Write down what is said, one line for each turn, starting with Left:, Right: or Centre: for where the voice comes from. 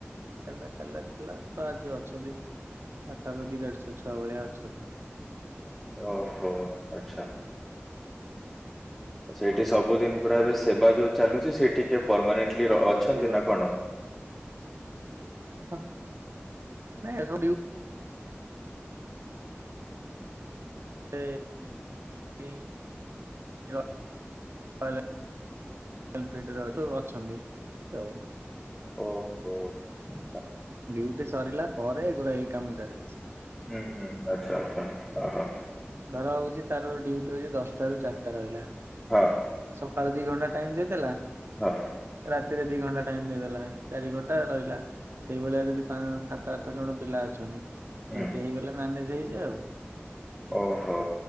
Right: ଚାଲିଲା ଚାଲିଲା ଚାଲିଲା ତ ଆଜି ଅଛନ୍ତି ପାଖାପାଖି ଦେଢଶହ ଛୁଆ ଭଳିଆ ଅଛନ୍ତି।
Centre: ଓହୋ ଆଛା। ସେଇଠି ସବୁଦିନ ପୁରା ଏବେ ସେବା
Right: ହୁଁ
Centre: ଯୋଉ ଚାଲୁଛି ସେ ଟିକେ ପରମାନେଣ୍ଟଲି
Right: ଆମ ତ
Centre: ଅଛନ୍ତି
Right: ପାଖାପାଖି ଦଶ
Centre: ନା କଣ।
Right: ହ ନ ଏସ ବିଉ <unintelligible> ଅଛନ୍ତି ଆଉ।
Centre: ଓହୋ। ଆଚ୍ଛା
Right: ଡ୍ୟୁଟି ସରିଲା ପରେ ଏଗୁରା ଏଇ କାମ ଚାଲିଛି।
Centre: ହୁଁ ହୁଁ ଆଚ୍ଛା ଆଚ୍ଛା ହ ହଁ।
Right: ଧର ହଉଛି ତାର ଡ୍ୟୁଟି ହଉଛି ଦଶଟାରୁ ଚାରିଟା ରହିଲା।
Centre: ହଁ
Right: ସକାଳ ଦି ଘଣ୍ଟା ଟାଇମ ଦେଇଥିଲା- -
Centre: ହଁ
Right: ରାତିରେ ଦି ଘଣ୍ଟା ଟାଇମ ଦେଇଦେଲା ଚାରି ଘଣ୍ଟା ରହିଲା। ସେଇଭଳିଆ ଯଦି ପା ସାତ ଆଠ ଜଣ ପିଲା ଅଛନ୍ତି।
Centre: ହୁଁ
Right: ଏମିତି ହେଇଗଲେ ମ୍ୟାନେଜ ହେଇଯିବେ ଆଉ।
Centre: ଓହୋ,